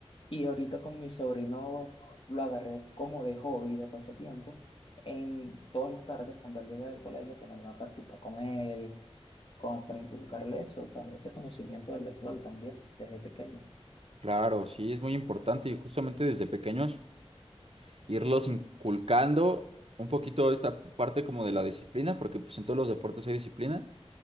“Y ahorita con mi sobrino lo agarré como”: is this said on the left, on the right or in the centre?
Left